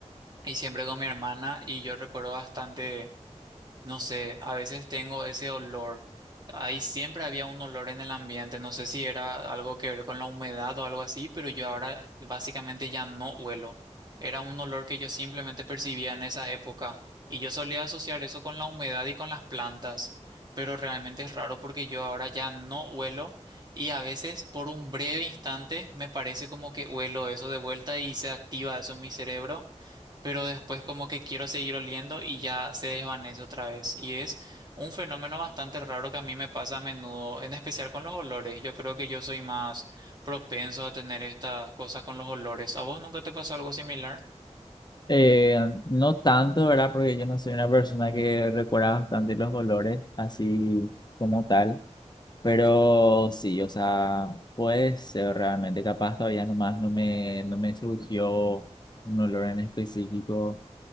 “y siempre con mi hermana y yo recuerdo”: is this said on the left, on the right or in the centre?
Right